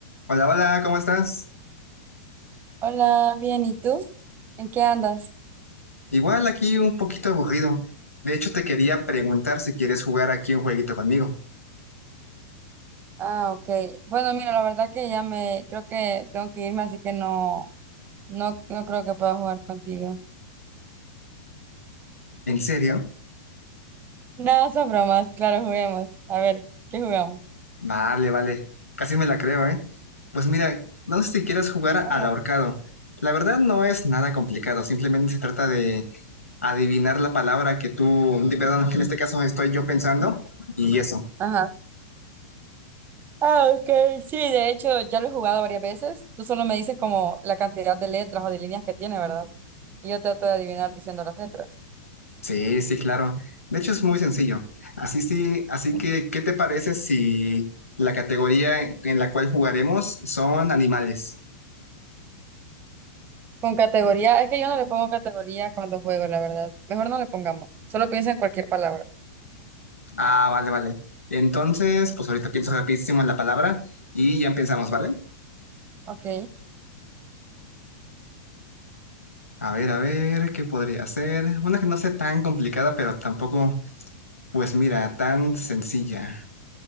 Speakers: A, on the left (about 80°); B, on the right (about 25°).
A: Hola, hola, ¿cómo estás?
B: Hola, bien, ¿y tú? ¿En qué andas?
A: Igual aquí un poquito aburrido. De hecho, te quería preguntar si quieres jugar aquí un jueguito conmigo.
B: Ah, ok. Bueno, mira, la verdad que ya me, creo que tengo que irme, así que no, no, no creo que pueda jugar contigo.
A: ¿En serio?
B: No, son bromas, claro, juguemos. A ver, ¿qué jugamos?
A: Vale, vale. Casi me la creo, ¿eh? Pues mira, no sé si quieres jugar
B: Ajá.
A: al ahorcado. La verdad no es nada complicado, simplemente se trata de adivinar la palabra que tú, de, perdón, que en este caso estoy yo pensando y eso.
B: Ajá. Ah, ok. Sí, de hecho, ya lo he jugado varias veces. Tú solo me dices como la cantidad de letras o de líneas que tiene, ¿verdad? Y yo trato de adivinar diciendo las letras.
A: Sí, sí, claro. De hecho, es muy sencillo. Así sí, así que, ¿qué te parece si la categoría en la cual jugaremos son animales?
B: Con categoría, es que yo no le pongo categoría cuando juego, la verdad. Mejor no le pongamos. Solo piensa en cualquier palabra.
A: Ah, vale, vale. Entonces, pues ahorita pienso rapidísimo en la palabra y ya empezamos, ¿vale?
B: Ok.
A: A ver, a ver, ¿qué podría ser? Una que no sea tan complicada, pero tampoco, pues mira, tan sencilla.